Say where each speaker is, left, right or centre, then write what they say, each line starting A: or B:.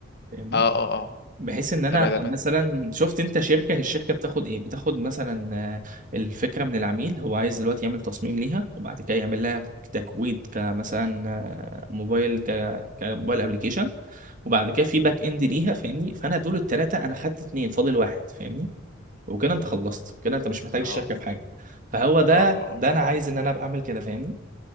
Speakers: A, on the right (about 40°); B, on the left (about 55°).
A: فاهمني
B: اه اه اه
A: بحيث ان انا
B: طب
A: ابقى
B: ده
A: مثلا شفت انت شركه هي الشركه بتاخد ايه بتاخد مثلا آه، الفكره من العميل هو عايز دلوقتي يعمل تصميم ليها وبعد كده يعمل لها تكويد كمثلا آه، موبايل ك كموبايل ابلكيشن وبعد كده في باك اند ليها فاهمني فانا دول الثلاثه انا خدت اتنين فاضل واحد فاهمني وكده انت خلصت كده انت مش محتاج
B: اه
A: الشركه في حاجه فهو ده
B: اه اه
A: ده انا عايز ان انا ابقى اعمل كده فاهمني